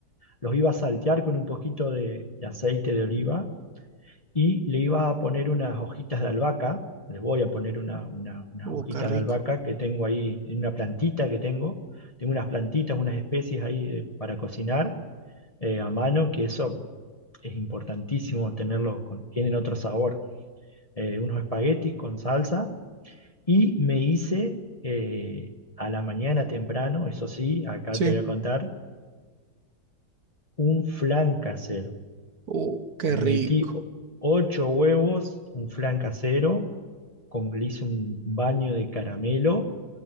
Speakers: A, on the left; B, on the right.
A: Los iba a saltear con un poquito de, de aceite de oliva y le iba a poner unas hojitas de albahaca. Les voy a poner una, una- unas
B: Uh,
A: hojitas
B: qué rico.
A: de albahaca que tengo ahí en una plantita que tengo. Tengo unas plantitas, unas especies ahí de- para cocinar eh, a mano, que eso es importantísimo tenerlo, con- tienen otro sabor. Eh, unos espaguetis con salsa y me hice eh, a la mañana temprano, eso sí, acá
B: Sí.
A: te voy a contar, un flan casero.
B: Uh, qué
A: Le
B: rico.
A: metí o- ocho huevos, un flan casero, con, le hice un baño de caramelo,